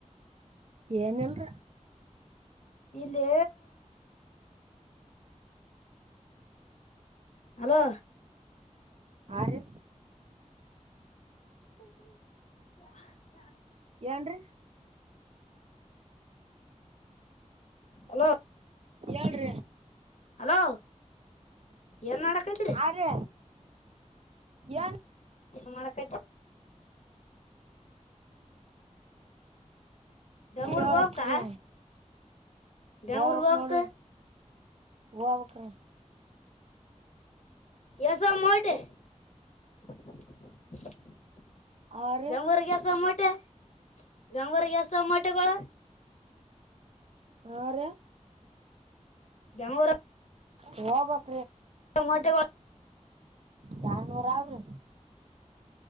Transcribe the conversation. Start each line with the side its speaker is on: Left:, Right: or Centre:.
Right: ಏನಲ್ರ
Left: ಇಲ್ಲಿ ಹಲೋ
Right: ಆರಿ
Left: ಹ
Right: ಏನ್ರೀ
Left: ಹಲೋ
Right: ಏಳ
Left: ಹಲೋ ಏನ್ ಮಾಡಕೈತ್್ರಿ
Right: ಆರಿ ಏನ್
Left: ಮಾಡಳಕ ಡಂಗರ
Right: ಹೇಳ್ಬೇಕ್ರಿ
Left: ಗೋಪ ಕ ಬೆಂಗಳೂರು
Right: ಹೋಗ್ಬಕ್
Left: ಹೋಬ್ಕ
Right: ನೋಡ್ರಿ ಹೋಗ್ಬಕ್ರಿ
Left: ಎಸ ಮಾಡಟ್ <inaudible>
Right: ಆರಿ
Left: ಬೆಂಗರ್ ಗ್ಯಾಸ್ಮೋಟೆ ಬೆಂಗರ್ ಗ್ಯಾಸ್ ಸಮಮೋಟೆಗಳ
Right: ಆರು
Left: ಬೆಂಗಗಳೂರು
Right: ಹ ಬ
Left: ಟೊಮೊಟೊ
Right: ಜಾನವರಾವರೆ